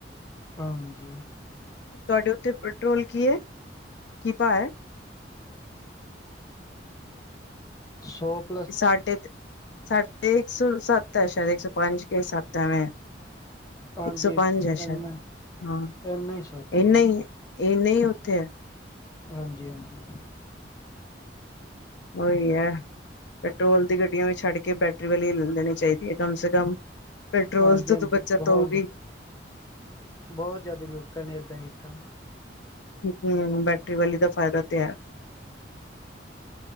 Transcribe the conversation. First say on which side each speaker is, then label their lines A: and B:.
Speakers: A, on the left; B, on the left.
A: ਹਾਂਜੀ
B: ਤੁਹਾਡੇ ਉੱਤੇ ਪੈਟਰੋਲ ਕੀ ਹੈ, ਕੀ ਭਾਅ ਹੈ
A: ਸੋਭ <unintelligible>
B: ਸਾਡੇ ਸਾਡੇ ਇੱਕ ਸੌ ਸੱਤ ਹੈ ਸ਼ਾਇਦ ਇੱਕ ਸੌ ਪੰਜ ਕੇ ਸੱਤ ਹੈ ਐਵੇਂ ਆ
A: ਹਾਂਜੀ
B: ਇੱਕ ਸੌ
A: ਇੰਨਾ
B: ਪੰਜ ਸ਼ਾਇਦ ਹਾਂ
A: ਇੰਨਾ ਹੀ ਸਾਡੇ
B: ਇੰਨੇ
A: ਹੋਊਗਾ
B: ਹੀਂ ਇੰਨੇ ਹੀਂ ਉੱਥੇ
A: ਹਾਂਜੀ- ਹਾਂਜੀ
B: ਉਹੀ ਹੈ ਪੈਟਰੋਲ ਦੀ ਗੱਡੀਆਂ ਵੀ ਛੱਡ ਕੇ ਬੈਟਰੀ ਵਾਲੀ ਲੈ ਲੈਣੀ ਚਾਹੀਦੀ ਹੈ ਕਮ ਸੇ ਕਮ। ਪੈਟਰੋਲ
A: ਹਾਂਜੀ
B: ਤੋਂ
A: ਹਾਂਜੀ
B: ਬੱਚਤ
A: ਬਹੁਤ
B: ਹੋਊਗੀ
A: ਬਹੁਤ ਜ਼ਿਆਦਾ ਲੋਕਾਂ ਨੇ ਏਦਾਂ ਕੀਤਾ।
B: ਹਮ ਬੈਟਰੀ ਵਾਲੀ ਦਾ ਫਾਇਦਾ ਤੇ ਹੈ